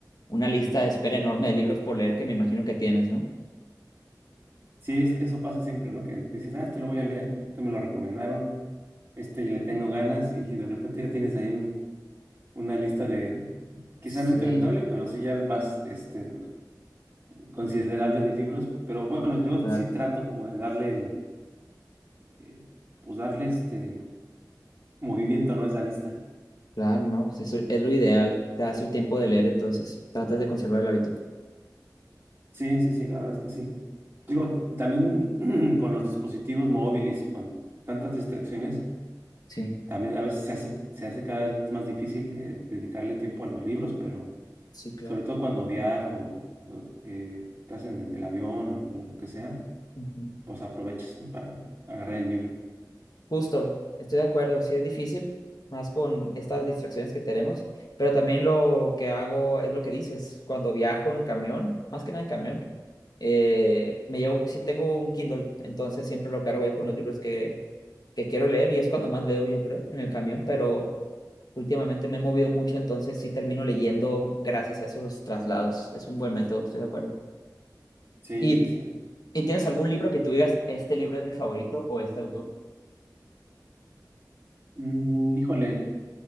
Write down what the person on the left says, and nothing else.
una lista de espera enorme de libros por leer que me imagino que tienes, ¿no?
Sí,
Sí,
claro.
Claro, no, pues eso es lo ideal. Te das el tiempo de leer, entonces tratas de conservar el hábito.
Sí,
sí, claro.
Ujú.
Justo, estoy de acuerdo, sí es difícil, más con estas distracciones que tenemos, pero también lo que hago es lo que dices, cuando viajo en camión, más que nada en camión, eh, me llevo, sí tengo un Kindle, entonces siempre lo cargo ahí con los libros que, que quiero leer y es cuando más leo, yo creo, en el camión, pero Últimamente me he movido mucho, entonces sí termino leyendo gracias a esos traslados. Es un buen método, estoy de acuerdo.
¿Y,
y tienes algún libro que tú digas, este libro es mi favorito o este autor?